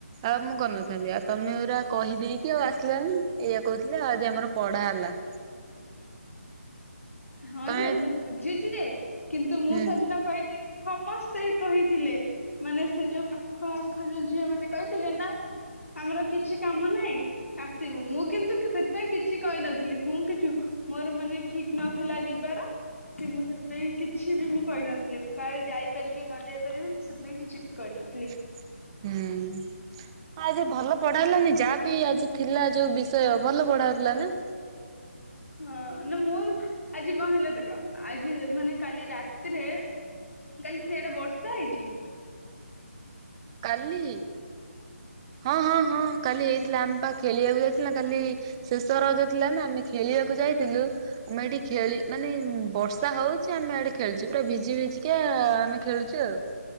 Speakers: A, on the right (about 20°); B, on the left (about 75°).
A: ଆଉ ମୁଁ କରିନଥାନ୍ତି ଆ ତମେ ଉରା କହିଦେଇକି ଆଉ ଆସିଲନି ଏୟା କହୁଥିଲେ ଆ ଆଜି ଆମର ପଢା ହେଲା।
B: ହଁ
A: ତମେ
B: ଯେ ମୁଁ ବୁଝୁଚି ଯେ କିନ୍ତୁ ମୁଁ
A: ହୁଁ
B: ସଦିନ କହିଦେଇ ସମସ୍ତେ କହିଥିଲେ। ମାନେ ସେ ଯୋଉ ପାଖ ଆଖ ଯୋଉ ଝିଅ ମାନେ କହିତିଲେ ନା ସାର୍ ଆମର କିଛି କାମ ନାହିଁ। ଆସିବୁ ମୁଁ କିନ୍ତୁ <unintelligible> ସେଥିପାଇଁ କିଛି କଇନଥିଲି ହୁଁ କି ଚୁଁ ମୋର ମାନେ ଠି ନଥିଲା ଯିବାର। କି ମୁଁ ସେଥିପାଇଁ କିଛି ବି ମୁଁ କହିନଥିଲି ମୁଁ କାଳେ ଯାଇପାରିବି ନ ଯାଇପାରିବି ମୁଁ ସେଥିପାଇଁ କିଛି <unintelligible> କହିନଥିଲି।
A: ଉୁଁ। ଆ ଆଜି ଭଲ ପଢା ହେଲାନି ଯାହା ବିି ଆଜି ଥିଲା ଯୋଉ ବିଷୟ ଭଲ ପଢା ହଉତୁଲା ନା?
B: ଅ ନା ମୋର ଆଜି କଁ ହେଲା ଦେକ ଆଜି ମାନେ କାଲି ରାତିରେ କାଲି ସିଆଡେ ବର୍ଷା ହେଇଚି?
A: କାଲି? ହଁ ହଁ ହଁ କାଲି ହେଇଥିଲା ଆମେ ପା ଖେଳିଆକୁ ଯାଇଥିଲୁ ନା କାଲି ଶେଷ ରଜ ଥିଲା ନା ଆମେ ଖେଳିଆକୁ ଯାଇଥିଲୁ
B: ହଁ
A: ଆମେ ଏଇଠି ଖେଳି ମାନେ ବର୍ଷା ହଉଚି ଆମେ ଏଠି ଖେଳୁଚୁ ପୁରା ଭିଜି ଭିଜିକା ଆ ଆମେ ଖେଳୁଚୁ ଆଉ।